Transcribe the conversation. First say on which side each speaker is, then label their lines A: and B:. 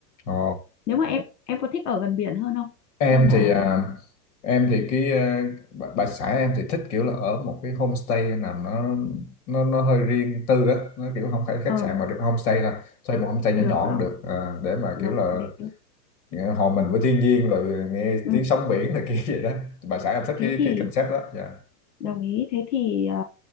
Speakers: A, on the left (about 50°); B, on the left (about 70°).
A: Ồ.
B: nếu mà em em có thích ở gần biển hơn không
A: em
B: hay là
A: thì à, em thì cái à, bà, bà xã em thì thích kiểu là ở một cái homestay nào nó nó nó hơi riêng tư á nó kiểu không phải là khách
B: ờ
A: sạn mà được homestay là thuê một homestay nhỏ
B: được
A: nhỏ
B: được
A: cũng được à, để mà
B: được
A: kiểu là
B: nếu
A: à, hòa mình với thiên nhiên rồi nghe
B: ừ.
A: tiếng sóng biển này <laughs> kia vậy đó bà xã em thích
B: thế
A: cái
B: thì
A: cái concept đó dạ
B: Đồng ý. Thế thì ờ,